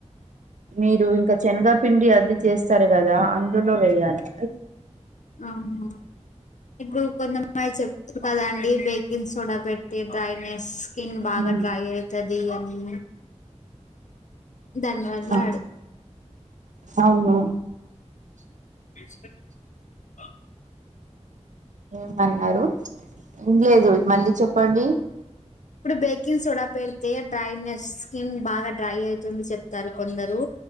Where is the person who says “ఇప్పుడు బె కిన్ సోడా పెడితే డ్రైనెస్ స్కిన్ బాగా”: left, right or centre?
Left